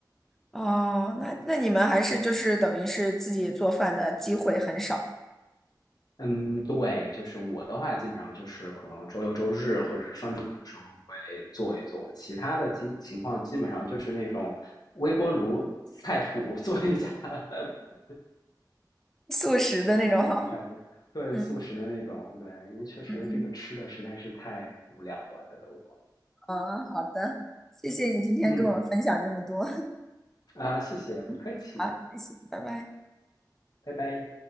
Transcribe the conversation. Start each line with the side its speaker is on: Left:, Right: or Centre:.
Centre: 哦，那那你们还是就是等于是自己做饭的机会很少，
Left: 嗯，对，就是我的话，基本上就是可能周六周日或者是放假的时候会做一做，其他的基情况基本上就是那种微波炉菜谱 <laughs> 做一下，<laughs>
Centre: 素食的那种。
Left: 就会比较快一点。
Centre: 哈。<laughs>
Left: 对，
Centre: 嗯
Left: 素食的那种，对，因为确实这个吃的实在是太无聊了，
Centre: 嗯
Left: 在德国。
Centre: 嗯，好的，谢谢你今天跟我分享这么多。
Left: 嗯，啊，谢谢，不客气，
Centre: <laughs> 好，谢谢，拜拜。
Left: 拜拜。